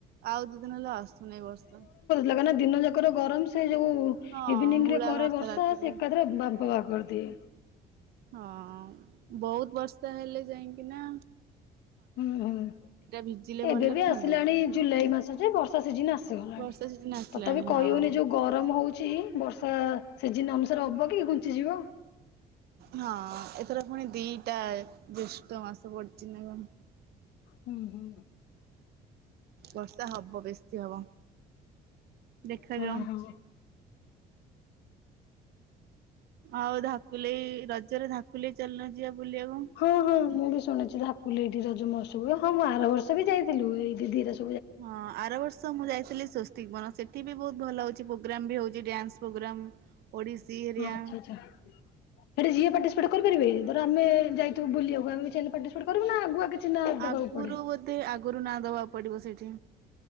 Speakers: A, on the right; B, on the left.
A: ଆଉ ଦିଇ ଦିନ ହେଲ ଆସୁନି ଏ ବର୍ଷା।
B: ଲାଗ ନା ଦିନ ଯାକର ଗରମ ସେ ଯୋଉ
A: ହଁ
B: ଇଭିନିଂ
A: ହୁଳା
B: ରେ କରେ
A: ବାହାରିଥିଲା
B: ବର୍ଷା
A: ରାତିକୁ।
B: ସେ ଏକାଥରେ ବାମ୍ପ ବାହାର କରିଦିଏ।
A: ହଁ ବହୁତ ବର୍ଷା ହେଲେ ଯାଇକି ନା
B: ହୁଁ ହୁଁ
A: ଭିଜିଲେ
B: ଏବେ
A: ଭଲରେ
B: ବି ଆସିଲାଣି
A: ଥଣ୍ଡା ଲାଗେ।
B: ଜୁଲାଇ ମାସ ଯେ ବର୍ଷା ସିଜିନ ଆସିଗଲାଣି।
A: ବର୍ଷା ସିଜିନ୍ ଆସିଲାଣି
B: ତଥାପି କହିହଉନି
A: ହଁ।
B: ଯୋଉ ଗର ରମ ହଉଛି ବର୍ଷା ସିଜିିନ ଅନୁସାରେ ହବ କି ଘୁଞ୍ଚିଯିବ।
A: ହଁ ଏଥର ପୁଣି ଦିଟା ଜେଷ୍ଠ ମାସ ପଡିଛି ନା କଣ?
B: ହୁଁ ହୁଁ
A: ବର୍ଷା ହବ ବେଶି ହବ ଦେଖାଯାଉ।
B: ହଁ ହଁ।
A: ଆଉ ଧାକୁଲେଇ ରଜରେ ଧାକୁଲେେଇ ଚାଲୁନ ଯିବା ବୁଲିବାକୁ।
B: ହଁ ହଁ ମୁଁ ବି ଶୁଣିଛି ଧାକୁଲେଇ ଏଇଠି ରଜମହୋତ୍ସବ ହୁଏ ମୁଁ ଆର ବର୍ଷ ବି ଯାଇଥିଲୁ ଏଇଠି ଦିଟା
A: ହଁ ଆର ବର୍ଷ ମୁଁ ଯାଇଥିଲି ସୁ ଠିକ ମନ ସେଠି ବି ବହୁତ ଭଲ ହଉଛି ପ୍ରୋଗ୍ରାମ ବି ହଉଛି ଡ୍ୟାନ୍ସ ପ୍ରୋଗ୍ରାମ ଓଡିଶୀ ହେରିଆ
B: ହଁ ଆଚ୍ଛା ଆଚ୍ଛା। ସେଠି ଯିଏ ପାର୍ଟିସିପେଟ କରିପାରିବେ ଧର ଆମେ ଯାଇଥିବୁ ବୁଲିବାକୁ ଆମେ ବିଚାହିଁଲେ ପାର୍ଟିସିପେଟ କରିବୁ ନା ଆଗୁଆ କିଛି ଚିହ୍ନ ଦେବାକୁ
A: ଆଗରୁ
B: ପଡେ?
A: ବୋଧେ ଆଗରୁ ନାଁ ଦବାକୁ ପଡିବ ସେଇଠି।